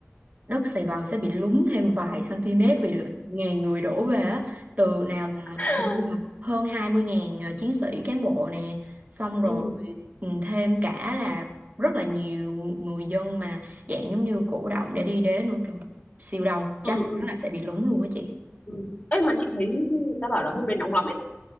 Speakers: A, on the right (about 40°); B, on the left (about 35°).
A: đất Sài Gòn sẽ bị lún thêm vài cm vì lượng ngàn người đổ về á từ nào là
B: <laughs>
A: hình như là hơn 20.000 ờ, chiến sĩ cán bộ nè xong
B: ừ
A: rồi ừ, thêm cả là rất là nhiều người dân mà dạng giống như cổ động để đi đến nữa trời siêu đông chắc
B: ừ
A: chắn
B: ừ
A: là sẽ bị lún luôn á chị
B: ừ Ê, mà chị thấy người ta bảo là hôm đấy nóng lắm ấy